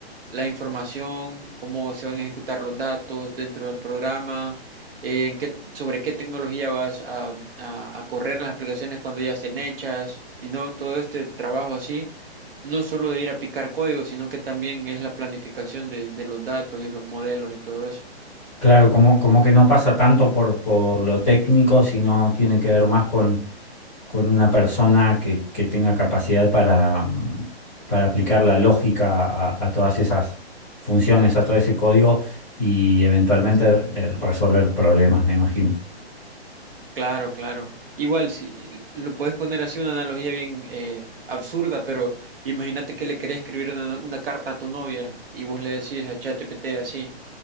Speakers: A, on the right (about 60°); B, in the centre.
A: la información, cómo se van a ejecutar los datos dentro del programa. eh, en qué, sobre qué tecnología vas a, a a correr las aplicaciones cuando ya estén hechas y no todo este trabajo así no solo de ir a picar código, sino que también es la planificación de, de los datos y los modelos y todo eso.
B: Claro, como, como que no pasa tanto por, por lo técnico, sino tiene que ver más con, con una persona que, que tenga capacidad para, mm, para aplicar la lógica a, a todas esas funciones, a todo ese código y eventualmente eh, resolver problemas, me imagino.
A: Claro, claro. Igual, si lo puedes poner así una analogía bien eh, absurda, pero imagínate que le querés escribir una, una carta a tu novia y vos le decís a ChatGPT así,